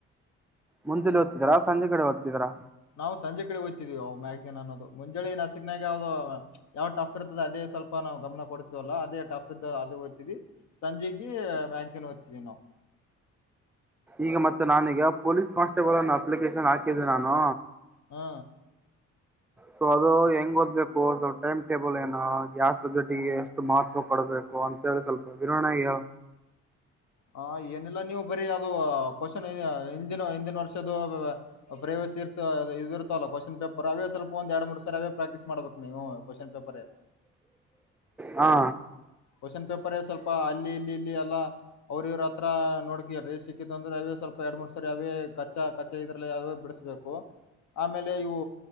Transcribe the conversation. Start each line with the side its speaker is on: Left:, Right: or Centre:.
Centre: ಮುಂದೆಲಿ ಓ್ತದೀರಾ ಸಂಜೆ ಕಡೆ ಹೋಗ್ತಿದರಾ
Left: ನಾವು ಸಂಜೆ ಕಡೆ ಹೊಯ್ತಿದೀವಿ ಅವು ಮ್ಯಾಗ್ಜನ್ ಅನ್ನೋದು ಮುಂಜಳೆ ನಸಕ್ನಾಗದು ಯಾವ ಟಫ್ ಇರ್ತದೆ ಅದೇ ಸ್ವಲ್ಪ ನಾವು ಗಮನ ಕೊಡ್ತವಲ್ಲ ಅದೇ ಟಫ ಅದು ಓದ್ದತೀವಿ ಸಂಜೆ ಮ್ಯಾಗಸನ್ ಓದ್ತೀವಿ ನಾವು
Centre: ಈಗ ಮತ್ತೆ ನಾನೀಗ ಪೊಲೀಸ್ ಕಾನ್ಸ್ಟೇಬಲ್ ನ್ನು ಅಪ್ಲಿಕೇಶನ್ ಹಾಕಿದ್ದಿ ನಾನು
Left: ಹಾ
Centre: ಸೊ ಅದು ಹೆಂಗ್ ಓದ್ಬೇಕು ಸ್ವಲ್ಪ ಟೈಮ್ ಟೇಬಲ್ ಏನು ಯಾವ ಸಬ್ಜೆಕ್ಟಿಗೆ ಮಹತ್ವ ಕೊಡಬೇಕು ಅಂತೇಳಿ ಸ್ವಲ್ಪ ವಿವೋಣೆಗೆ ಹೇಳ
Left: ಹ ಏನಿಲ್ಲಾ ನೀವು ಬರೀ ಅದು ಕೋಶನ್ ಹಿಂದಿನ ಹಿಂದಿನ ವರ್ಷದದು ಅಪ್ರೇವ ಸೀರ್ ಇರ್ತವಲ್ಲ ಕೋಶ್ನ್ ಪೇಪರ್ ಅವೇ ಸ್ವಲ್ಪ ಒಂದ್ ಎರಡು ಮೂರು ಸರೆ ಅವೇ ಪ್ರಾಕ್ಟೀಸ್ ಮಾಡ್ಬೇಕು ನೀವು ಕೋಶ್ನ್ ಪೇಪರ್
Centre: ಹಾ
Left: ಕೋಶ್ನ್ ಪೇಪರ್ ಸ್ವಲ್ಪ ಅಲ್ಲಿ ಇಲ್ಲಿ ಇಲ್ಲಿ ಎಲ್ಲಾ ಅವ್ರ ಇವ್ರ ಹತ್ರ ನೋಡ್ಕ್ರೀ ಸಿಕ್ಕತ್ಂದ್ರ ಅವೇ ಸ್ವಲ್ಪ ಎರಡ್ ಮೂರ್ ಸರಿ ಅವೇ ಕಚ್ಚಾ ಕ ಇದರಲ್ಲೆ ಯಾವ ಬಿಡಿಸಬೇಕು ಆಮೇಲೆ ಇವು